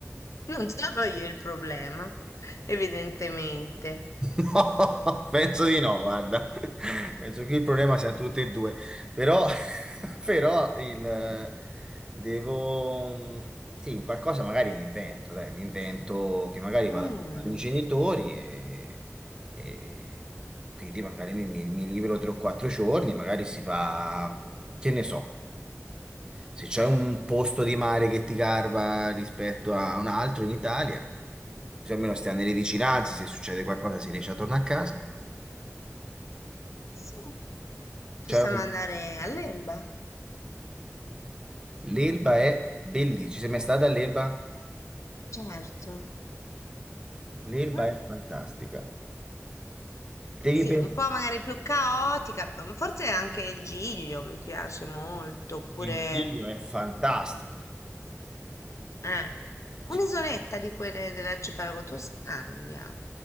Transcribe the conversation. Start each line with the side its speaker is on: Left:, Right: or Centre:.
Left: Eh, non sono io il problema, evidentemente.
Right: <laughs> no, penso di no, guarda, penso che il problema siano tutti e due, però, <laughs> però il, devo, sì, in qualcosa magari mi invento, dai, mi invento che magari vado
Left: Mm,
Right: dai miei genitori e, e quindi magari mi, mi mi libero 3 o 4 giorni, magari si fa, che ne so. Se c'è un posto di mare che ti garba rispetto a un altro in Italia, così almeno stiamo nelle vicinanze, se succede qualcosa si riesce a tornare a casa.
Left: sì, possiamo
Right: C'è un-
Left: andare all'Elba,
Right: L'Elba è bellissima. Ci sei mai stata all'Elba?
Left: certo.
Right: L'Elba
Left: Eh,
Right: è fantastica. Devi
Left: Sì,
Right: pensare,
Left: un po' magari più caotica, m- forse anche il Giglio mi piace molto, oppure
Right: il Giglio è fantastico.
Left: eh, un'isoletta
Right: Ci-
Left: di quelle dell'arcipelago toscano andiamo.